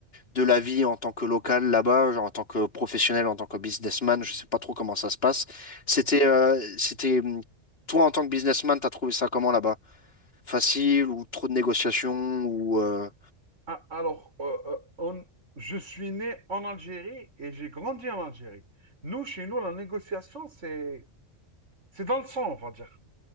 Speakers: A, on the left; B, on the right.
A: de la vie en tant que local là-bas, genre en tant que professionnel, en tant que businessman,
B: mhm.
A: je sais pas trop comment ça se passe. C'était,
B: Ok.
A: euh, c'était, hum, toi en tant que businessman, t'as trouvé ça comment là-bas? Facile ou trop de négociations ou euh,
B: Ah, alors, euh, euh, on- je suis né en Algérie et j'ai grandi en Algérie. Nous, chez nous, la négociation, c'est c'est dans le sang, on va dire.